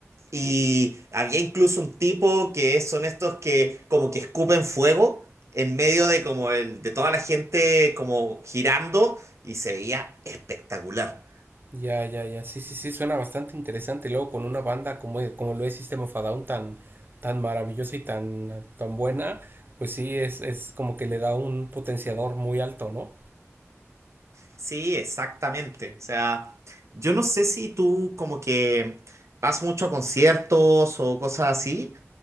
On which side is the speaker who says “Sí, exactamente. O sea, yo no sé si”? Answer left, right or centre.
Right